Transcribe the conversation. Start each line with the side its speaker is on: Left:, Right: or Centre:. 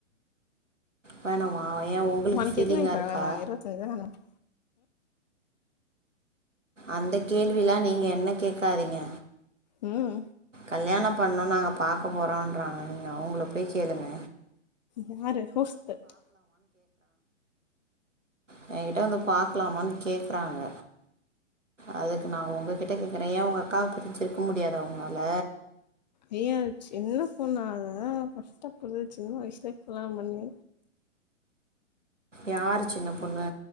Right: வேணாமா ஏன் உங்களுக்கு
Left: ஒனக்கு
Right: ஃபீலிங்கா
Left: எத்தன வயசுல
Right: இருக்கா?
Left: கல்யாண பன்னாங்க இருவத்துதஞ்சுல தா <unintelligible>
Right: அந்த கேள்விலா நீங்க என்ன கேக்காதீங்க
Left: உம்
Right: கல்யாணோ பண்ணு நாங்க பாக்க போறோன்றாங்க நீங்க அவ்ங்கள போய் கேளுங்க
Left: யாரு கூஸ் தட்
Right: ஆ எங்கிட்ட வந்து பாக்லாமான் கேக்குறாங்க அதுக்கு நா ஒங்ககிட்ட கேட்கற ஏ ஒங்க அக்காக்கு புரிஞ்சுக்க முடியாதா உங்களால் ல
Left: ஐயோ அது சின்ன பொன்னு அதுத கஸ்டபடுது சின்ன வயசுலே கல்யாணோ பண்ணி
Right: யாரு சின்ன பொண்ணு